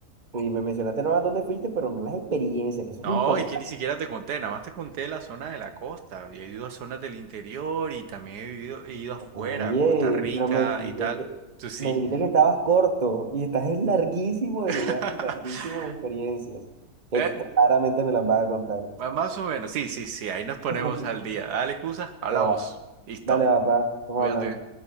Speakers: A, on the right; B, on the right.
A: Sí, me mencionaste no a dónde fuiste, pero no las experiencias, que eso
B: No,
A: es lo importante.
B: es que ni siquiera te conté, nada más te conté la zona de la costa. y He ido a zonas del interior y también he vivido, he ido afuera,
A: Oye,
B: a Costa Rica
A: pero me dijiste
B: y tal.
A: que,
B: Tú sí.
A: me dijiste que estabas corto y estás es larguísimo
B: <laughs>
A: de lugar, y larguísimo de experiencias, que
B: Eh,
A: claramente me las vas a contar.
B: más o menos, sí, sí, sí, ahí nos ponemos
A: <laughs>
B: al día. Dale, Cusa, hablamos.
A: No va.
B: Listo,
A: Dale, papá, estamos
B: cuídate.
A: hablando.